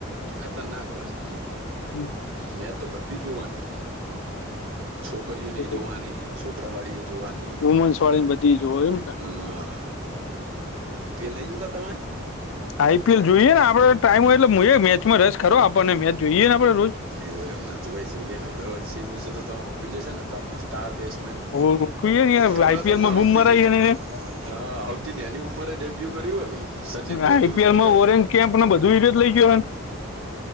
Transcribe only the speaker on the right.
ખતરનાક રસ.
મેંચ તો બધી જોવાની. છોકરીઓને
જોવાની છોકરાવાળી એ જોવાની
આઈપીએલ નહીં જોતા તમે
એવું એમ ને તો ભાઈ શિવ ભગવાન શિવ તો તો સંભાળ્યું જ હશે ને સ્ટાર બેસમેન
ખબર
તમને આવતી
નહ.
<inaudible> હા આવતી ને એની ઉંમરે ડેબ્યુ કર્યું હો ભાઈ સચિન તેંદુલકર